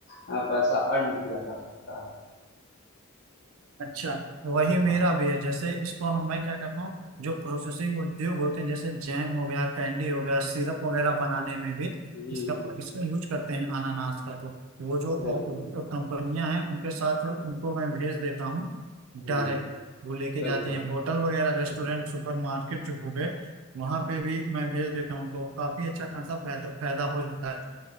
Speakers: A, on the left; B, on the right.
A: अ, पैसा अर्न किया जा सकता है
B: अच्छा वही मेरा
A: हाँ
B: भी है जैसे इसको हम मैं क्या करता हूँ जो प्रोसेसिंग उद्योग होते हैं जैसे जैम हो गया कैंडी हो गया सिरप वगैरह बनाने में भी
A: जी
B: इसका
A: जी
B: इसका यूज करते हैं अनानास का तो वो जो
A: बिल्कुल
B: कंपनियां हैं उनके साथ उनको मैं भेज देता हूँ डायरेक्ट
A: हम्म
B: वो लेके जाती
A: बिल्कुल
B: हैं होटल वगैरह रेस्टोरेंट सुपरमार्केट जो हो गए वहां पे भी मैं भेज देता हूँ तो काफी अच्छा खासा फायदा फायदा हो जाता है